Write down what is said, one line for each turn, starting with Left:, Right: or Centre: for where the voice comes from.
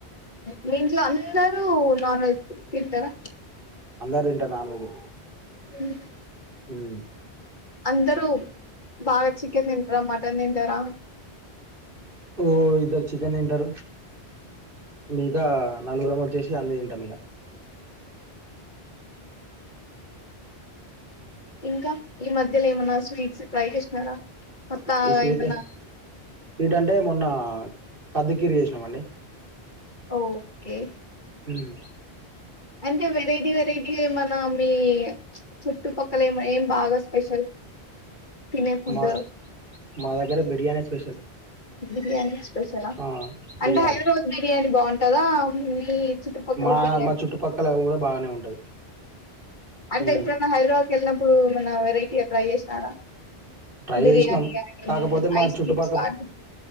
Left: మీ ఇంట్లో అందరు నాన్ వెజ్ తింటరా?
Right: అందరూ తింటరు నాన్ వెజు
Left: ఉమ్
Right: ఉమ్
Left: అందరూ బాగా చికెన్ తింటరా, మటన్ తింటరా?
Right: ఓ ఇద్దరు చికెన్ తింటరు, మిగతా నలుగురం వచ్చేసి అన్ని తింటమిగా.
Left: ఇంకా ఈ మధ్యలో ఏమన్న స్వీట్స్ ట్రై చేసినారా? కొత్తగా
Right: ఈ స్వీట్
Left: ఏమన్నా
Right: స్వీట్ అంటే మొన్న కద్దుకీర్ చేసినమండి.
Left: ఓ కే
Right: ఉమ్
Left: అంటే వెరైటీ వెరైటీగా ఏమన్నా మీ చుట్టుపక్కల ఏమ ఏం బాగా స్పెషల్? తినే ఫుడ్
Right: మా మాదగ్గర బిర్యాని స్పెషల్
Left: బిర్యానీ స్పెషలా
Right: ఆ
Left: అంటే
Right: బిర్యానీ
Left: హైదరాబాద్ బిర్యానీ బాగుంటుందా మీ చుట్టుపక్కల
Right: మా
Left: బిర్యానీ
Right: మా చుట్టుపక్కల కూడా బాగానే ఉంటది
Left: అంటే
Right: ఉమ్
Left: ఇప్పుడున్న హైదరాబాద్ కి వెళ్ళినప్పుడు ఏమన్నావెరైటీగా ట్రై చేసినారా
Right: ట్రై
Left: బిర్యానీ
Right: చేసినాం
Left: గాని
Right: కాకపోతే మా
Left: ఐస్
Right: చుట్టుపక్క
Left: క్రీమ్స్ కానీ